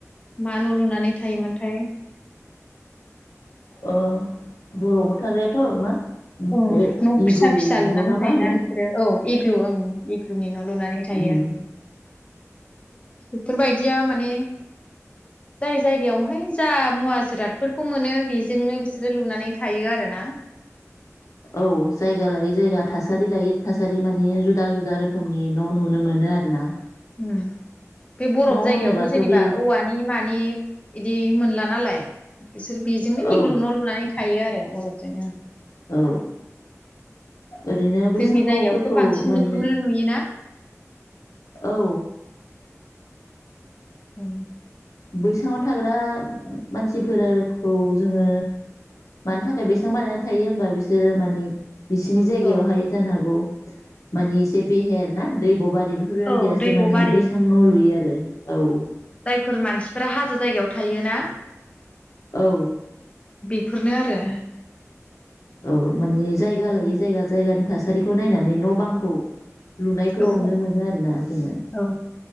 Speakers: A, on the left; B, on the left.
A: मा न' लुनानै थायोमोनथाय
B: अ बरबआव थाग्रायाथ' मा मोनसे
A: अ न'
B: इगल
A: फिसा फिसा लुनानै
B: न' ना मा
A: थायोना
B: होनो
A: बिसोरो औ एग्लु ओं <unintelligible> लुनानै थायो।
B: उम
A: बेफोरबायदिया माने जाय जायगायावहाय जा मुवा जिरादफोरखौ मोनो बेजोंनो बिसोरो लुनानै थायो आरोना,
B: औ जायगा लायै जायगा था - थासारि लायो थासारि
A: उम
B: माने जु जुदा जुदा रोखोमनि न' नुनो मोनो आरो ना?
A: उम बे बरफ जायगायावथ'
B: होनोबाथ'
A: जेनेबा
B: बे
A: औवानि मानि बिदि मोनला नालाय, बिसोर बेजोंनो
B: औ
A: इग्लु न लुनानै थायो आरो अरफजोंनो
B: औ ओरैनो बैसां
A: जोंनि
B: न'फोरखौ
A: जायगायावथ' बांसिन
B: माने,
A: बेखौनो नुयोना
B: औ
A: उम
B: बैसाङाव थाग्रा मानसिफोरखौ जोङो मानि थाखाय बैसां बानायनानै थायो होमबा बिसोरो माने, बिसिनि जायगायावहाय
A: औ
B: जानो हागौ, मानि इसे बेहेर ना दै बरबारि बेफोरबायदियासो
A: औ दैब'बारि
B: मानि बैसां न' लुयो आरो औ
A: फोर मानसिफोरा हाजो जायगायाव थायो ना?
B: औ।
A: बेफोरनो आरो।
B: औ माने जायगा लायै
A: औ
B: जायगा जायगानि थासारिखौ नायना, नै न' बांखौ। लुनायखौ
A: औ
B: नुनो मोनो आरो ना जोङो
A: औ